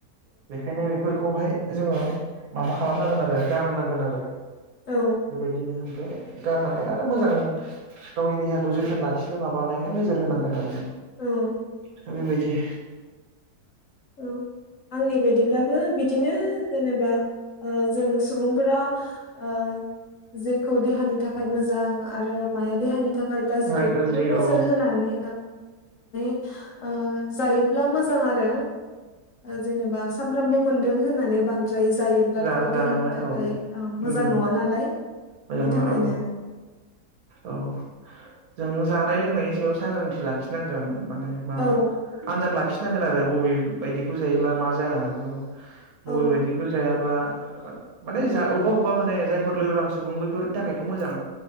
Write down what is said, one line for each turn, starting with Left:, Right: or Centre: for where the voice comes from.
Right: बेखायनो बेफोरखौहाय। जोङो माबा खालामनांगोन आरो गारनांगोन आरो।
Left: औ
Right: बेबायायदिनो। गारनानै आरो मोजां गावनि देहाखौ जोथोन लाखिनो माबानायावाय। नोज होनांगोन आरो जों।
Left: औ
Right: दा बेबायदि।
Left: औ आंनि बायदिब्ला। बिदिनो जेनेबा जों सुबुंफोरा। ओ जेखौ देहानि थाखाय मोजां आरो माया देहानि। थाखाय
Right: ओमफ्राय
Left: गाज्रि बेखौ नोजोर
Right: औ
Left: होनानै। <inaudible> आ जायो। ब्ला मोजां आरो। जेनेबा सामफ्रामबो मोन। दों होननानै बांद्राय। जायोब्लाथ'
Right: जा जानाङा
Left: देहानि थाखाय
Right: औ
Left: मोजां
Right: उम
Left: नङा नालाय बिनि
Right: मोजां नङा
Left: थाखायनो।
Right: औ औ जों जानाय लोंनायनि सायाव सांग्रांथि लाखिनांगोन। माने मा
Left: औ
Right: आनजाद लाखिनो। खिनांगोन आरो बबे बायदिखौ जायोब्ला मा जानो हागौ।
Left: औ
Right: बबे बायदिखौ जायाब्ला। माने जा अबेबा अबेबा माने जायफोर लोरबां सुबुं बैफोरनि थाखायथ' मोजां।